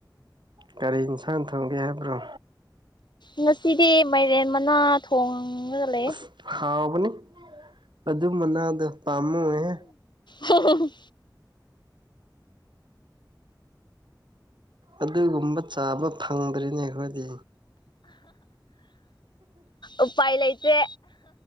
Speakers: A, on the right (about 85°); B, on the left (about 80°).
A: ꯒꯥꯔꯤ ꯏꯟꯁꯥꯡ ꯊꯣꯡꯒꯦ ꯍꯥꯏꯕ꯭ꯔꯣ?
B: ꯉꯁꯤꯗꯤ ꯃꯥꯏꯔꯦꯟ ꯃꯅꯥ ꯊꯣꯡꯉꯒ ꯂꯩ꯫
A: ꯑꯁ ꯍꯥꯎꯕꯅꯤ ꯑꯗꯨ ꯃꯅꯥꯗꯣ ꯄꯥꯝꯃꯨꯦꯍꯦ꯫
B: ꯍ <unintelligible>
A: ꯑꯗꯨꯒꯨꯝꯕ ꯆꯥꯕ ꯐꯪꯗ꯭ꯔꯤꯅꯦ ꯑꯩꯈꯣꯏꯗꯤ꯫
B: ꯎꯄꯥꯏ ꯂꯩꯇꯦ꯫